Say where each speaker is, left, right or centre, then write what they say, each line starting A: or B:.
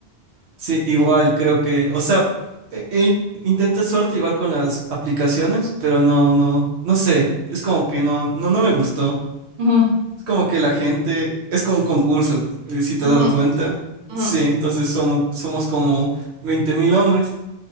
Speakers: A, on the right; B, on the right.
A: Sí, igual creo que, o sea, e- el- intenté suerte igual con las aplicaciones, pero no, no, no sé. Es como que no, no, no me gustó.
B: Ujú, ujú,
A: Es como que la gente, es como un concurso, eh, si te has
B: ujú,
A: dado cuenta.
B: ujú.
A: Sí, entonces somos, somos como veinte mil hombres